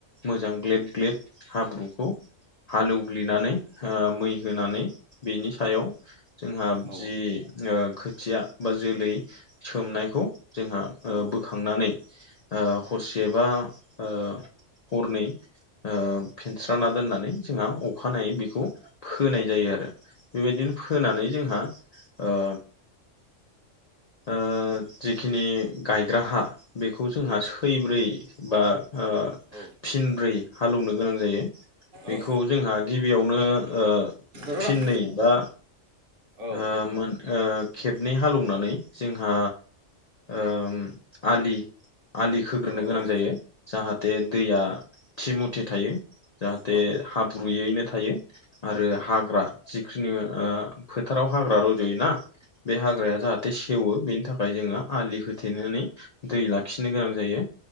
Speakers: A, on the left (about 55°); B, on the right (about 50°).
A: मोजां ग्लेब ग्लेब हाब्रुखौ हालेवग्लिनानै ओ मै होनानै बेनि सायाव जोंहा
B: औ औ
A: जि ओ खोथिया बा जोलै सोमनायखौ जोंहा ओ
B: औ
A: बोखांनानै ओ हरसे बा ओ हरनै ओ फेनस्रा ना दोननानै जोंहा अखानायै बेखौ फोनाय जायो आरो। बेबायदिनो फोनानै जोंहा ओ ओ जिखिनि गायग्रा हा बेखौ जोंहा सैब्रै बा ओ
B: औ
A: फिनब्रै हालौनो गोनां जायो। बेखौ
B: औ
A: जोंहा गिबियावनो ओ
B: र'
A: फिननै
B: र'
A: बा
B: औ
A: आ
B: औ
A: मोन ओ खेबनै हालौनानै जोंहा ओम आलि आलि खोग्रोनो
B: औ औ
A: गोनां
B: औ
A: जायो जाहाथे दैया थि मथे थायो। जाहाथे
B: औ
A: हाब्रुयैनो थायो आरो हाग्रा जिखुनु ओ फोथाराव हाग्रा रज'योना बे हाग्राया जाहाथे सेवो बेनि थाखाय जोङो आलि होथेनानै दै लाखिनो गोनां जायो।